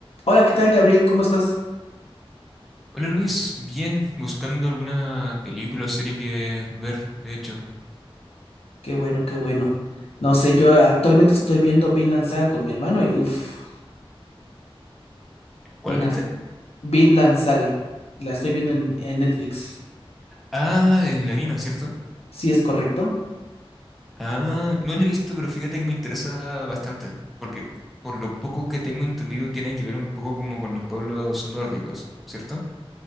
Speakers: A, on the left (about 85°); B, in the centre.
A: Hola, ¿qué tal, Gabriel? ¿Cómo estás?
B: Hola Luis, bien, buscando alguna película o serie que ver, de hecho.
A: Qué bueno, qué bueno. No sé, yo actualmente estoy viendo Vinland Saga con mi hermano y uff,
B: ¿Cuál
A: unas
B: viste?
A: Vinland Saga. La estoy viendo en, en Netflix.
B: Ah, el anime, ¿cierto?
A: Sí, es correcto.
B: Ah, no lo he visto, pero fíjate que me interesa bastante, porque por lo poco que tengo entendido tiene que ver un poco como con los pueblos nórdicos, ¿cierto?